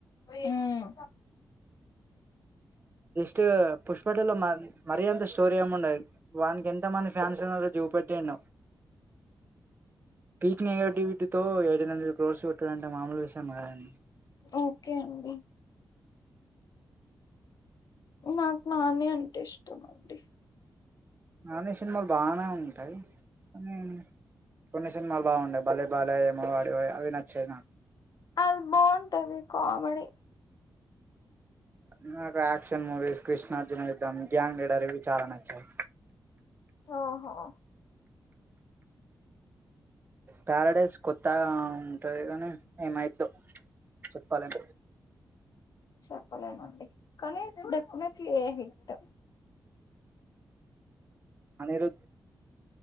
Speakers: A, on the left; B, on the right.
A: ఉమ్
B: ఇస్ పుష్పటులో మ మరియంత స్టోరి ఏమి ఉండదు వానికి ఎంత మంది ఫ్యాన్స్ ఉన్నారో చూపెట్టిండు పీక్ నెగటివిటీతో ఎయిన్ హండెడ్ క్రోర్స్ కొట్టాడంటే మామూలు విషయ కాదండి.
A: ఓకే అండి నాకు నాని అంటే ఇష్టం అండి
B: నానీ సినిమాలు బానే ఉంటాయి కానీ కొన్ని సినిమాలు బాగుండేవ్ బలే బలే మగాదేవోయ్ అవి నచ్చాయి నాకు
A: అది బాగుంటది కామెడి.
B: నాకు యాక్షన్ మూవీస్ కృష్ణార్జున ఇద్దాం గ్యాంగ్ లీడర్ ఇవి చాలా నచ్చాయి.
A: ఓహో
B: ప్యారాడైస్ కొత్తగా ఉంటది కాని ఏమైద్దో చెప్పలేం
A: చెప్పలేమండి కానీ డెఫినెట్లీ ఏ హిటో
B: అనిరుద్